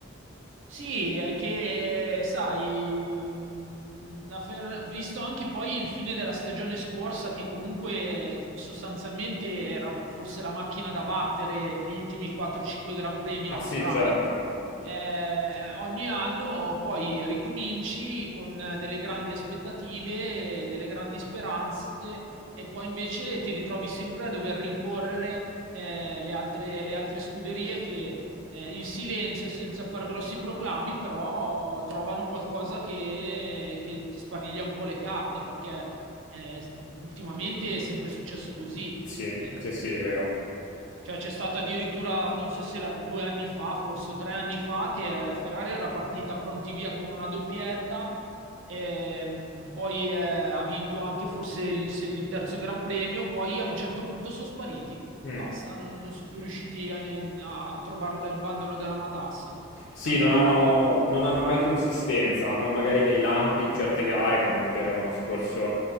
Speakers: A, on the right; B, on the left.
A: Sì, è che, sai, mh, la Fer- visto anche poi il fine della stagione scorsa, che comunque sostanzialmente era forse la macchina da battere gli ultimi 4-5 Gran Premi,
B: Ah
A: la
B: sì,
A: Ferrari.
B: certo.
A: Eh, ogni anno poi ricominci con delle grandi aspettative, delle grandi speranze, e poi invece ti ritrovi sempre a dover rincorrere eh, le altre, le altre scuderie che eh, in silenzio, senza far grossi proclami, però trovano qualcosa che, che spariglia un po' le carte, perché eh, ultimamente è sempre successo così.
B: Sì,
A: Eh,
B: sì, sì, è vero.
A: cioè c'è stata addirittura, non so se la- due anni fa, forse tre anni fa, che la Ferrari era partita pronti via con una doppietta, ehm, poi eh, ha vinto anche forse il, se- il terzo Gran Premio, poi a un certo punto sono spariti.
B: Mm.
A: Basta, non, non sono più riusciti a, in- a- a trovare il bandolo della matassa.
B: Sì,
A: È un
B: non
A: po'...
B: hanno, non hanno mai consistenza, hanno magari dei lampi in certe gare, come magari l'anno scorso